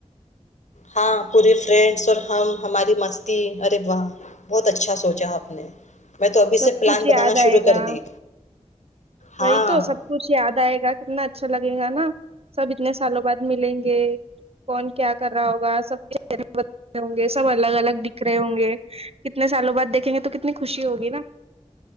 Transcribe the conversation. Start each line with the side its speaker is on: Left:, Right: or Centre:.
Left: ہاں پورے فرینڈس اور ہم ہماری مستی ارے واہ بہت اچھا سوچا آپ نے میں تو ابھی
Right: سب
Left: سے پلان
Right: کچھ
Left: بنانا
Right: یاد
Left: شروع
Right: آئے
Left: کر
Right: گا
Left: دی
Right: وہی
Left: ہاں
Right: تو سب کچھ یاد آئے گا کتنا اچھا لگے گا نا سب اتنے سالوں بعد ملیں گے کون کیا کر رہا ہوگا سبر رہے ہوں گے سب الگ الگ دکھ رہے ہوں گے کتنے سالوں بعد دیکھیں گے تو کتنی خوشی ہوگی نا